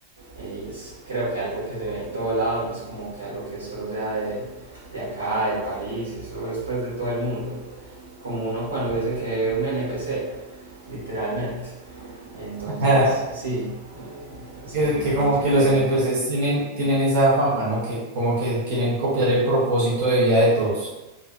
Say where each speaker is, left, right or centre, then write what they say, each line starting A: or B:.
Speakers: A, on the right; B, on the right.
A: Y es creo que algo que se ve en todo lado, no es como que algo que solo sea de, de acá, del país, eso es pues de todo el mundo. Como uno cuando dice que ve un NPC, literalmente. Entonces,
B: <laughs>
A: sí, eh, eso
B: Que,
A: sí
B: que
A: tiene
B: como
A: mucho
B: que
A: que
B: los
A: ver.
B: NPCs tienen, tienen esa fama, ¿no? Que como que quieren copiar el propósito de vida de todos.